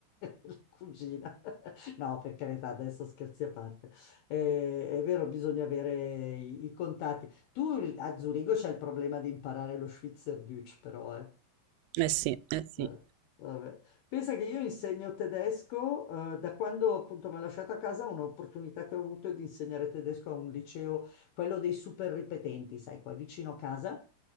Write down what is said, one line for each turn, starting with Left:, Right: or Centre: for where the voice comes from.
Left: La cugina. No, per carità, adesso scherzi a parte. Eh, è vero, bisogna avere i, i contatti. Tu a Zurigo c'è il problema di imparare lo Schweizerdeutsch, però, eh.
Right: Eh sì, eh sì.
Left: Eh, vabbè. Pensa che io insegno tedesco, eh, da quando appunto mi ha lasciato a casa, un'opportunità che ho avuto è di insegnare tedesco a un liceo, quello dei super ripetenti, sai, qua vicino a casa.